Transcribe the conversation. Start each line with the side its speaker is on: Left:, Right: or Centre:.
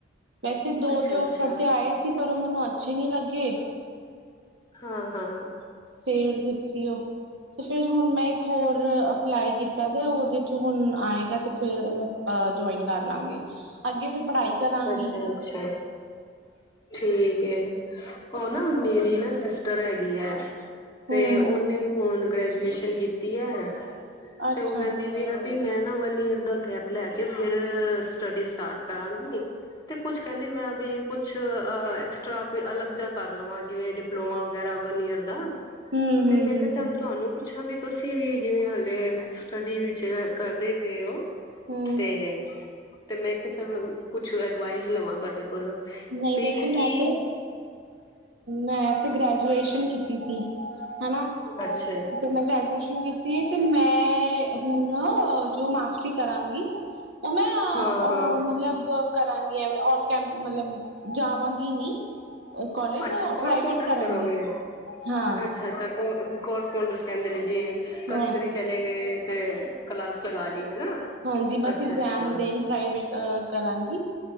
Right: ਵੈਸੇ ਦੋ
Left: ਅੱਛਾ
Right: ਦੇ ਔਫਰ
Left: ਅੱਛਾ।
Right: ਤੇ ਆਏ ਸੀ ਪਰ ਉਹ ਮੈਨੂੰ ਅੱਛੇ ਨੀ ਲੱਗੇ
Left: ਹਾਂ ਹਾਂ
Right: ਸੇਲ ਜਿੱ ਸੀਓ <unintelligible> ਤੇ ਫਿਰ ਹੁਣ ਮੈਂ ਇੱਕ ਹੋਰ ਅਪਲਾਈ ਕੀਤਾ ਤੇ ਉਹਦੇ ਚ ਹੁਣ ਆਏਗਾ ਤੇ ਫਿਰ ਉਹ ਅ ਜੁਆਇਨ ਕਰ ਲਾਂਗੇ ਅੱਗੇ ਫਿਰ ਪੜ੍ਹਾਈ ਕਰਾਂਗੀ
Left: ਅੱਛਾ ਅੱਛਾ ਠੀਕ ਹੈ ਉਹ ਨਾ ਮੇਰੀ ਨਾ ਸਿਸਟਰ ਹੈਗੀ ਹੈ ਤੇ
Right: ਹੂੰ
Left: ਉਹਨੇ ਵੀ ਹੁਣ ਗ੍ਰੈਜੂਏਸ਼ਨ ਕੀਤੀ ਹੈ
Right: ਅੱਛਾ
Left: ਤੇ ਉਹ ਕਹਿੰਦੀ ਵੀ ਮੈਂ ਨਾ ਵਨ ਈਅਰ ਦਾ ਗੈਪ ਲੈ ਕੇ ਫਿਰ ਸਟਡੀ ਸਟਾਰਟ ਕਰਾਂਗੀ ਤੇ ਕੁਛ ਕਹਿੰਦੀ ਮੈਂ ਬ ਕੁਛ ਐਕਸਟਰਾ ਕੋਈ ਅਲੱਗ ਜਿਹਾ ਕਰ ਲਵਾਂ ਜਿਵੇਂ ਡਿਪਲੋਮਾ ਵਗੈਰਾ ਵਨ ਈਅਰ ਦਾ
Right: ਹੂੰ-ਹੂੰ-ਹੂੰ-ਹੂੰ।
Left: ਤੇ ਮੈਂ ਕਿਹਾ ਚੱਲ
Right: ਹੂੰ। ਹੂੰ,
Left: ਤੁਹਾਨੂੰ ਪੁੱਛਾਂ ਵੀ ਤੁਸੀਂ ਵੀ ਜਿਵੇਂ ਹਾਲੇ ਸਟੱਡੀ ਵਿੱਚ ਕਰਦੇ ਪਏ ਹੋ
Right: ਹੂੰ, ਹੂੰ
Left: ਤੇ ਮੈਂ ਕਿਹਾ ਚਲੋ ਕੁਛ ਅਡਵਾਈਜ਼ ਲਵਾਂ ਤੁਹਾਡੇ ਕੋਲ
Right: ਨਹੀਂ
Left: ਵੀ
Right: ਦੇਖੋ ਮੈਂ
Left: ਕੀ
Right: ਤੇ ਮੈਂ ਤੇ ਗ੍ਰੈਜੂਏਸ਼ਨ ਕੀਤੀ ਸੀ ਹਨਾ
Left: ਅੱਛਾ
Right: ਤੇ ਮੈਂ ਗ੍ਰੈਜੂਏਸ਼ਨ ਕੀਤੀ ਹੈ ਤੇ ਮੈਂ ਹੁਣ ਜੋ ਮਾ ਕਰਾਂਗੀ ਉਹ ਮੈਂ
Left: ਹਾਂ ਹਾਂ
Right: ਮਤਲਬ ਕਰਾਂਗੀਆਂ ਓਨ ਕੈਂਪ ਮਤਲਬ ਜਾ ਾਂਗੀ ਨੀ ਕੋਾਲਜ
Left: ਅੱਛਾ ਕੋਰਸਪੋਂਡਸ
Right: ਪ੍ਰਾਈਵੇਟ ਕਰਾਂਗੀ
Left: ਕਰੋਗੇ
Right: ਹਾਂ <unintelligible>
Left: ਅੱਛਾ ਅੱਛਾ ਕਰੇਸਪੋਂਡੇਨਸ ਕਹਿੰਦੇ ਨੇ ਜੀ
Right: ਹੂੰ
Left: ਕਦੀ ਕਦੀ ਚਲੇ ਗਏ ਤੇ ਕਲਾਸ ਲਗਾ ਲਈ ਹਨਾ
Right: ਹਾਂਜੀ ਬਸ
Left: ਅੱਛਾ
Right: ਇਗਜ਼ਾਮ
Left: ਅੱਛਾ
Right: ਦੇਣ ਪ੍ਰਾਈਵੇਟ ਕਰਾਂਗੀ